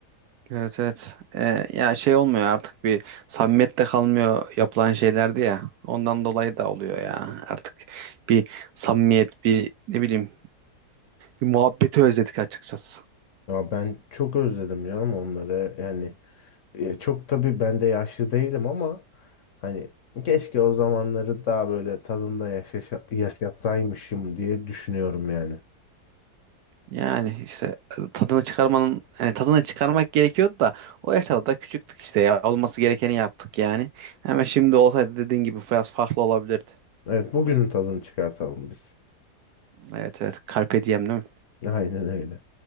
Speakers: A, on the right; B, on the left.
A: Evet evet. Ee, ya şey olmuyor artık bir samimiyet de kalmıyor yapılan şeylerdi ya. Ondan dolayı da oluyor ya. Artık bir samimiyet, bir ne bileyim, bir muhabbeti özledik açıkçası.
B: Ya ben çok özledim ya ama onları yani e, çok tabii ben de yaşlı değilim ama hani keşke o zamanları daha böyle tadında yaşa yaşatsaymışım diye düşünüyorum yani.
A: Yani işte tadını çıkarmanın hani tadını çıkarmak gerekiyordu da o yaşlarda da küçüktük işte ya. Olması gerekeni yaptık yani. Hemen şimdi olsaydı dediğin gibi biraz farklı olabilirdi.
B: Evet bugünün tadını çıkartalım biz.
A: Evet evet. Carpe diem değil mi?
B: Aynen öyle.